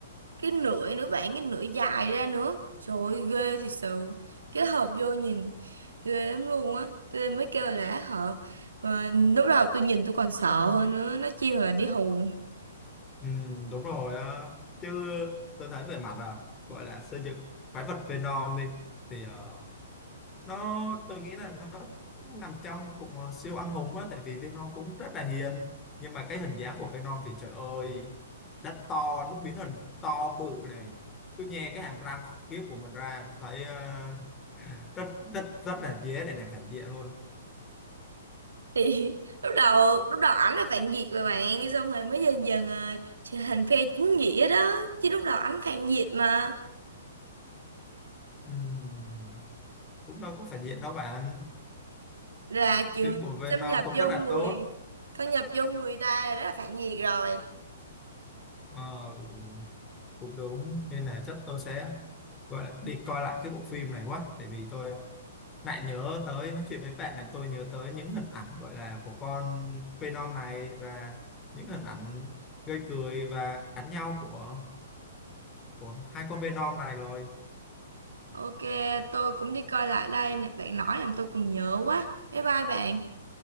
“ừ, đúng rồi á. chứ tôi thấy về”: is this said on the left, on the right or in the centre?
Left